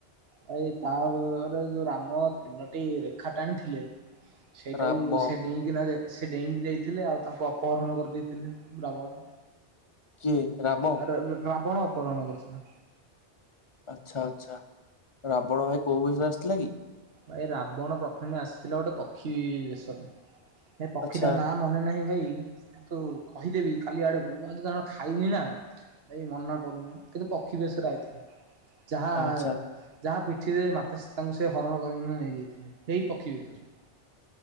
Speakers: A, on the right; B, on the left.
A: ଭାଇ ତାପରେ ତମର ଯୋଉ ରାମ ତିନୋଟି ରେଖା ଟାଣିଥିଲେ। ସେଇଟାକୁ
B: ରାମ
A: ସେ ଡେଇଁକିନା ଯେ ସେ ଡେଇଁକି ଯାଇଥିଲେ ଆଉ ତାଙ୍କୁ ଅପହରଣ କରିଦେଇଥିଲେ ରାବଣ।
B: କିଏ? ରାମ
A: ଆରେ ରା-ରାବଣ ଅପହରଣ କରୁଛି ନା।
B: ଆଚ୍ଛା ଆଚ୍ଛା ରାବଣ ଭାଇ କୋଉ ବେଶ ରେ ଆସିଥିଲା କି?
A: ଭାଇ ରାବଣ ପ୍ରଥମେ ଆସିଥିଲା ଗୋଟେ ପକ୍ଷୀ ବେଶରେ। ସେ ପକ୍ଷୀଟା
B: ଆଚ୍ଛା
A: ନାଁ ମନେ ନାହିଁ ଭାଇ। କି କିନ୍ତୁ କହିଦେବି କାଲି ଆଡକୁ ଆଜି କାରଣ ଖାଇନି ନା। ଏଇ ମନ ପଡୁନି କିନ୍ତୁ ପକ୍ଷୀ ବେଶ୍ ରେ ଆଇଥିଲେ। ଯାହା
B: ଆଚ୍ଛା
A: ଯାହା ପିଠିରେ ମାତା ସୀତାଙ୍କୁ ସେ ହରଣ କରିକିନା ନେଇଯାଇଥିଲେ ହେଇ ପକ୍ଷୀ ବେଶରେ।